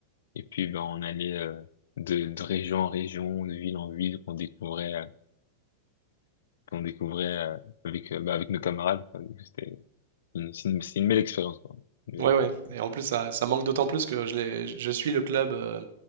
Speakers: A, on the left; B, on the right.
A: Et puis, ben, on allait, euh, de, de région en région, de ville en ville, qu'on découvrait, euh, qu'on découvrait, euh, avec, euh, ben, avec nos camarades. quoi. Du coup, C'était une, c'est une, c'est une belle expérience, quoi. Une belle
B: Ouais,
A: expérience.
B: ouais. Et en plus, ça, ça manque d'autant plus que je, l'ai- je suis le club euh,